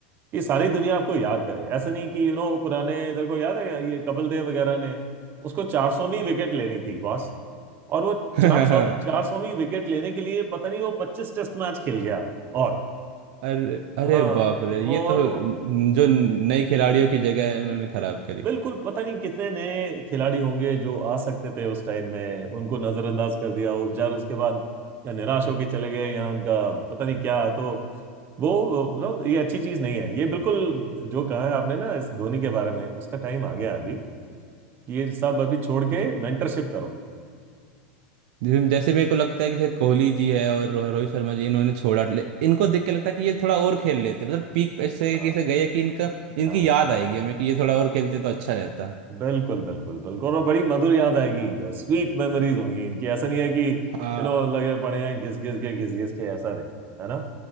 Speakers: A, on the right; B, on the right.
A: कि सारी दुनिया आपको याद करे ऐसे नहीं कि यू नो पुराने तेरे को याद है ये कपिल देव वगैरह ने उसको चार सौवीं विकेट लेनी थी बॉस और वो
B: <laughs>
A: चार सौ चार सौवीं विकेट लेने के लिए पता नहीं वो पच्चीस टेस्ट मैच खेल गया और
B: अरे अरे
A: हाँ
B: बाप रे ये
A: और
B: तो जो नई खिलाड़ियों की जगह है उन्होंने खराब करी
A: बिल्कुल पता नहीं कितने नए खिलाड़ी होंगे जो आ सकते थे उस टाइम में उनको नजरअंदाज कर दिया वो बेचारे उसके बाद या निराश होके चले गए या उनका पता नहीं क्या तो वो वो- नो ये अच्छी चीज नहीं है ये बिल्कुल जो कहा है आपने ना इस धोनी के बारे में उसका टाइम आ गया है अभी कि ये सब अभी छोड़ के
B: Okay.
A: मेंटरशिप करो
B: जैसे जैसे मेरे को लगता है कि जैसे कोहली जी है और रोह- रोहित शर्मा जी इन्होंने छोड़ा ले- इनको देख के लगता है कि ये थोड़ा और खेल लेते मतलब पीक ऐसे
A: हाँ
B: कैसे गए कि इनका इनकी
A: हाँ
B: याद आएगी हमें कि ये थोड़ा और खेलते तो अच्छा रहता
A: बिल्कुल बिल्कुल बिल्कुल और बड़ी मधुर याद आएगी स्वीट मेमोरीज होंगी इनकी ऐसा नहीं है कि
B: हाँ
A: यू नो लगे पड़े हैं घिस घिस के घिस घिस के ऐसा नहीं है ना